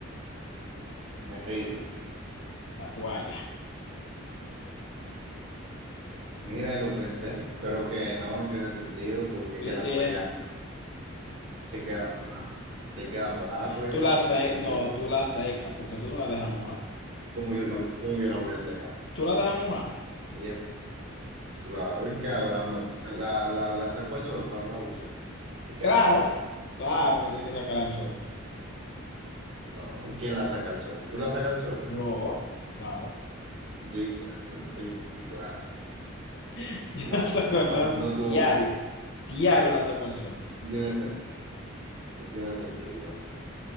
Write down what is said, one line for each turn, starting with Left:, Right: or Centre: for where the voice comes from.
Right: me rindo.
Left: La toalla.
Right: Mira, y lo pensé, pero que no, no tiene sentido porque
Left: Sí
Right: es que la
Left: tiene.
Right: toalla se queda, mojada, se queda moja la toalla
Left: Tú
Right: cuando
Left: la se
Right: tú te secas.
Left: No, tú la secas porque tú no la dejas mojar.
Right: ¿Cómo yo la, cómo yo la voy a secar?
Left: Tú la dejas mojar.
Right: Y es claro, ¿y qué hago? ¿La, ma- la, la, la saco al sol cuando la uso? ¿Se queda
Left: Claro,
Right: moja?
Left: claro que tiene que sacar al sol.
Right: No, ¿y quién la saca al sol? ¿Tú la sacas al sol?
Left: Yo, claro.
Right: Sí, claro, sí, claro.
Left: <laughs> Yo
Right: No,
Left: la saco al
Right: no,
Left: sol
Right: no tuvo
Left: diario.
Right: bueno.
Left: Diario la saco al sol.
Right: No tiene, sen- no tiene sentido.